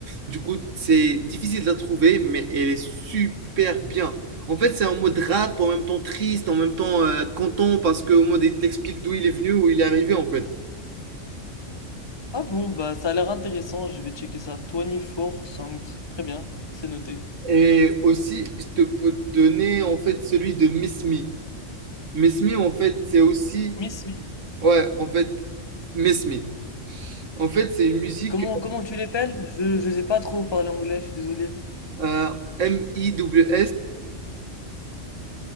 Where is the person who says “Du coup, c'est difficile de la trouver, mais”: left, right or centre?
Right